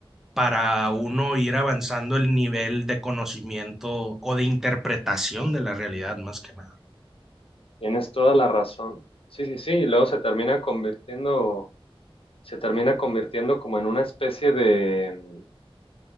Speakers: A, in the centre; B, on the left (about 70°).
A: para uno ir avanzando el nivel de conocimiento o de interpretación de la realidad, más que nada.
B: Tienes toda la razón. Sí, sí, sí. Y luego se termina convirtiendo, se termina convirtiendo como en una especie de,